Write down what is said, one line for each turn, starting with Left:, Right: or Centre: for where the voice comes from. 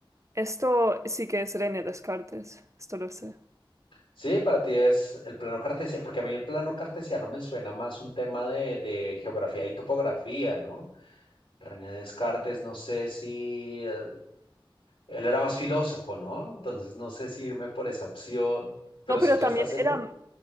Right: Esto sí que es René Descartes, esto lo sé.
Left: Sí, para ti es el plano cartesiano, porque a mí el plano cartesiano me suena más un tema de, de geografía y topografía, ¿no? René Descartes, no sé si eh, él era más filósofo, ¿no? Entonces no sé si irme por esa opción, pero
Right: No,
Left: si
Right: pero
Left: tú
Right: también
Left: estás segura,
Right: era,